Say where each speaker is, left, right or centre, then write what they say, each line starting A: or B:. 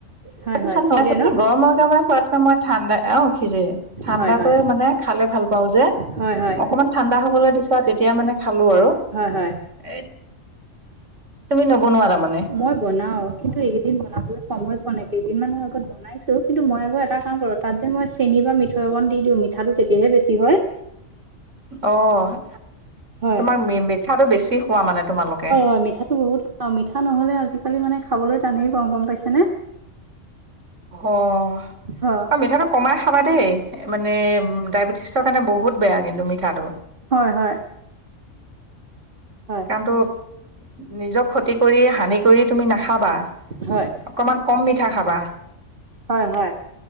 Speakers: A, on the right; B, on the right.
A: হয়
B: নিচিনা
A: হয়
B: নাই
A: সিজে
B: তাতে
A: ন
B: গৰমৰ টাইমত খোৱাতকে মই ঠাণ্ডা অ সিজে ঠাণ্ডা
A: হয় হয়
B: কৰি মানে খালে ভাল পাওঁ যে
A: হয় হয়
B: অকমান ঠাণ্ডা হ'বলৈ দিছা তেতিয়াই মানে খালো আৰু
A: হয় হয়
B: এ তুমি নবনোৱা তাৰমানে
A: মই বনাও কিন্তু এইকেইদিন বনাবলৈ সময় পোৱা নাই কেইদিন মানৰ আগত বনাইছো কিন্তু মই আকৌ এটা কাম কৰো তাত যে মই চেনি বা মিঠৈ অকন দি দিওঁ মিঠাটো তেতিয়াহে বেছি হয়।
B: অঁ
A: হয়
B: তোমাক মি মিঠাটো বেছি খোৱা মানে তোমালোকে
A: বা মিঠাতো বহুত। অঁ মিঠা নহলে আজিকালি মানে খাবলৈ টানেই পাওঁ গম পাইছানে?
B: অ'
A: হয়
B: এ মিঠাতো- কমাই খাবা দেই, মানে ডায়েবেটিছৰ কাৰণে বহুত বেয়া কিন্তু মিঠাটো।
A: হয় হয়। হয়
B: টো নিজক ক্ষতি কৰি হানি কৰি তুমি নাখাবা।
A: হয়।
B: অকমান কম মিঠা খাবা।
A: হয় হয়।